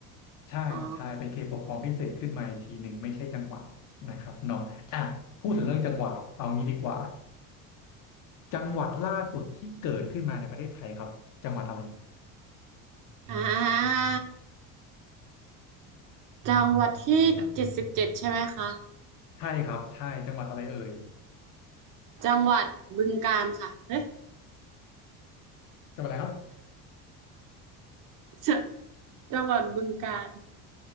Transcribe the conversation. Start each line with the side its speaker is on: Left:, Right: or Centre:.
Left: ใช่ใช่เป็นเขตปกครองพิเศษขึ้นมาอีกทีหนึ่งไม่ใช่จังหวัดนะครับเนาะอ่ะพูดถึงเรื่องจังหวัดเอางี้ดีกว่า
Right: อ๋อ
Left: จังหวัดล่าสุดที่เกิดขึ้นมาในประเทศไทยครับจังหวัดอะไร
Right: อ่าจังหวัดที่เจ็ดสิบเจ็ดใช่ไหมคะ
Left: ใช่ครับใช่จังหวัดอะไรเอ่ย
Right: จังหวัดบึงกาฬค่ะเอ๊ะ
Left: จบอะไรครับ
Right: จจังหวัดบึงกาฬ